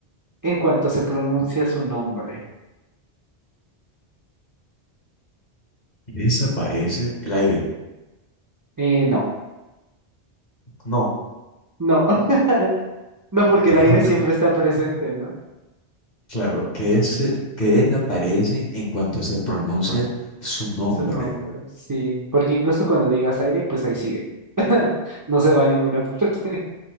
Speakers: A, on the right; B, on the left.
A: en cuanto se pronuncia su nombre?
B: Desaparece el aire.
A: Eh, no,
B: No,
A: no, <laughs> no,
B: A
A: porque
B: la quiero
A: el aire siempre está presente, ¿no?
B: Claro, que es que él aparece en cuanto se pronuncia su nombre.
A: Su nombre, sí, porque incluso cuando digas aire, pues ahí sigue. <laughs> No se va a ninguna parte.